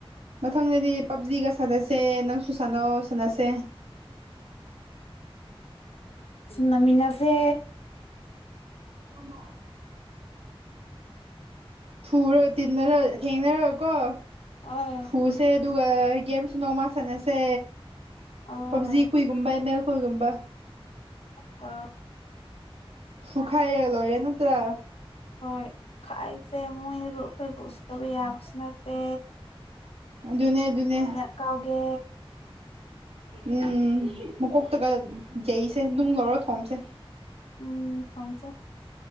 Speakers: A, on the right (about 85°); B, on the left (about 80°).
A: ꯃꯊꯪꯗꯗꯤ ꯄꯞꯖꯤꯒ ꯁꯥꯟꯅꯁꯦ ꯅꯪꯁꯨ ꯁꯥꯟꯅꯧ ꯁꯥꯟꯅꯁꯦ
B: ꯍꯅꯃꯤꯅꯥꯁꯦ
A: ꯑꯃ ꯁꯨꯔ ꯇꯤꯟꯅꯔ ꯊꯦꯡꯅꯔꯀꯣ
B: ꯑꯥ
A: ꯐꯨꯁꯦ ꯑꯗꯨꯒ ꯒꯦꯝꯁꯨ ꯅꯣꯡꯃ ꯁꯥꯟꯅꯁꯦ
B: ꯑꯥ
A: ꯄꯕꯖꯤ ꯀꯏꯒꯨꯝꯕ ꯑꯃꯦꯜ ꯈꯏꯒꯨꯝꯕ
B: ꯍ
A: ꯁꯨꯈꯥꯏꯂꯣ ꯌꯦ ꯅꯠꯇ꯭ꯔꯥ
B: ꯍꯣꯏ ꯈꯥꯏꯁꯦ ꯃꯣꯏꯕꯨ ꯑꯩꯈꯣꯏꯕꯨ ꯎꯁꯤꯠꯇꯕ ꯌꯥꯕꯁꯨ ꯅꯠꯇꯦ
A: ꯑꯗꯨꯅꯦ ꯑꯗꯨꯅꯦ
B: ꯅ ꯀꯥꯎꯦ
A: ꯎꯝ ꯃꯀꯣꯛꯇꯒ ꯌꯩꯁꯦ ꯅꯨꯡ ꯂꯧꯔꯣ ꯊꯣꯝꯁꯦ
B: ꯎꯝ ꯊꯝꯁꯦ